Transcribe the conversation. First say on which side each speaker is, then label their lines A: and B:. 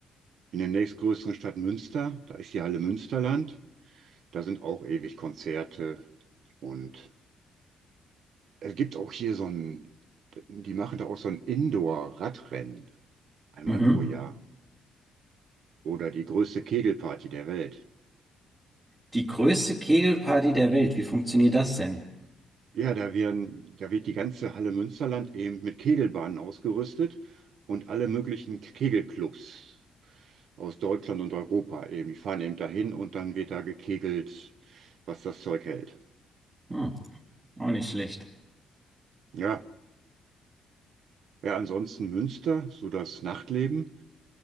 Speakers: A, on the right (about 70°); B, on the right (about 25°).
A: in der nächstgrößeren Stadt Münster. Da ist die Halle Münsterland. Da sind auch ewig Konzerte. Und es gibt auch hier so ein, die machen da auch so ein Indoor-Radrennen einmal
B: Mhm.
A: pro Jahr. Oder die größte Kegelparty der Welt.
B: Die größte Kegelparty der Welt, wie funktioniert das denn?
A: Ja, da werden, da wird die ganze Halle Münsterland eben mit Kegelbahnen ausgerüstet und alle möglichen Kegelclubs aus Deutschland und Europa eben. Die fahren eben dahin und dann wird da gekegelt, was das Zeug hält.
B: Hm, auch nicht schlecht.
A: Ja, Ja, ansonsten Münster, so das Nachtleben,